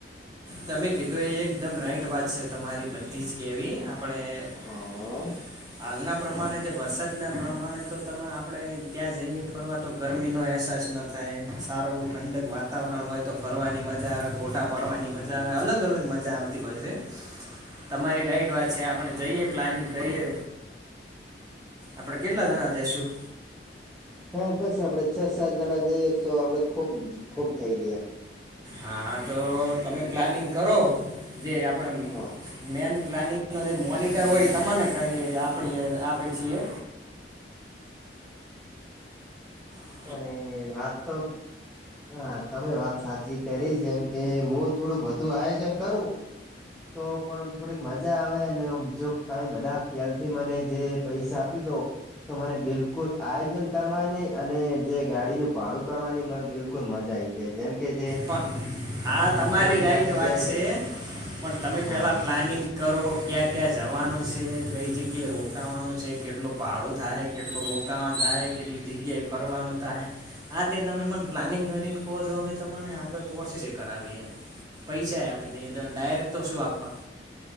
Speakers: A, on the right (about 20°); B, in the centre.
A: તમે કીધું એ એકદમ રાઈટ વાત છે તમારી બધી જ કેવી. પણ એ
B: હા
A: હાલના. પ્રમાણે જે વરસાદના પ્રમાણે તો તમે આપણે ત્યાં જઈએ ફરવા તો ગરમીનો અહેસાસ નથી થતો. થાય સારું એવું ઠંડક વાતાવરણ હોય તો ફરવાની મજા આવે ફોટા પાડવાની મજા. અલગ અલગ મજા આવતી હોય છે. તમારી રાઈટ વાત છે આપણે જઈએ પ્લાનિંગ કરીએ. આપણે કેટલા જણા જઈશું.
B: હા બસ આપણે છ સાત જણા જઈએ તો આપણે ખુબ ખુબ થઇ ગયા.
A: હા તો તમે પ્લાનિંગ કરો જે આપણે.
B: હા.
A: મેન પ્લાનિંગ નો જે મોનિટર હોય તમને કરીએ. <inaudible>
B: પણ વાત તો. હા તમે વાત સાચી કરી જેમ કે હું થોડુંક વધુ આયોજન કરું. તો પણ થોડીક મજા આવેને જો તમે બધા પહેલે થી મને જે. પૈસા આપી દો તો મને બિલકુલ આયોજન કરવાને. અને જે ગાડીનું ભાડું કરવાની મન બિલકુલ મજા આઈ જાય જેમ કે જે.
A: પણ હા તમારી
B: ત્રણ
A: રાઈટ
B: ચાર જગ્યાએ
A: વાત છે, પણ તમે
B: હા
A: પેલા પ્લાનિંગ કરો ક્યાં ક્યાં જવાનું છે, કઈ જગ્યા રોકાવાનું છે, કેટલું ભાડું થાય, કેટલું રોકાવાનું થાય કેટલી જગ્યાએ ફરવાનું થાય, હા તે તમે અમને પ્લાનિંગ કરીને કહો છો. અમે તો મને આગળ પ્રોસેસ કરાવી એમ પૈસા આપી દઈએ. તો ડાયરેક્ટ તો શું આપવા